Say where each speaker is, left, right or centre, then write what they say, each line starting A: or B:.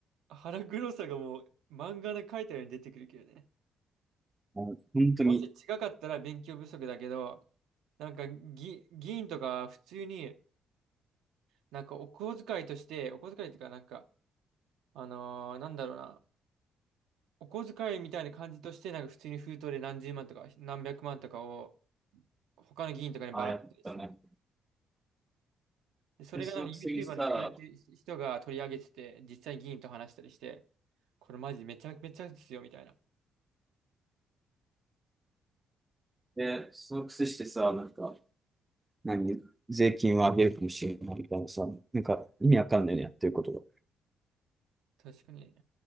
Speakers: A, on the right; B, on the right.
A: 腹黒さがもう漫画で描いたように出てくるけどね。
B: うん。もう本当に、
A: もし違かったら勉強不足だけど、なんか議、議員とか普通になんかお小遣いとして、お小遣いとかなんかあのーなんだろうな。お小遣いみたいな感じとして、なんか普通に封筒で何十万とか何百万とかを他の議員とかにばらまいたりしてる。
B: ああやったね。
A: で、それがなんか
B: で、その次さ、
A: YouTuber に惹かれてる人が取り上げてて、実際に議員と話したりして、これマジめちゃめちゃですよ、みたいな。
B: で、その癖してさ、なんか、何税金を上げるかもしれないみたいなさ、なんか意味わかんないね、やってることが。
A: 確かに。